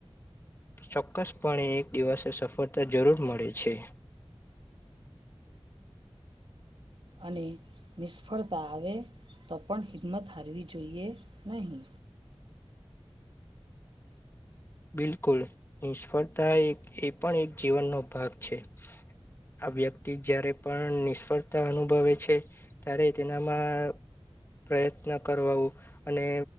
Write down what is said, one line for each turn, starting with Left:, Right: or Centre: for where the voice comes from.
Left: ચોક્કસપણે એક દિવસે સફળતા જરૂર મળે છે.
Right: અને નિષ્ફળતા આવે તો પણ હિંમત હારવી જોઈએ નહીં.
Left: બિલકુલ, નિષ્ફળતા એક એ પણ એક જીવનનો ભાગ છે આ વ્યક્તિ જ્યારે પણ નિષ્ફળતા અનુભવે છે, ત્યારે તેનામાં પ્રયત્ન કરવાું અને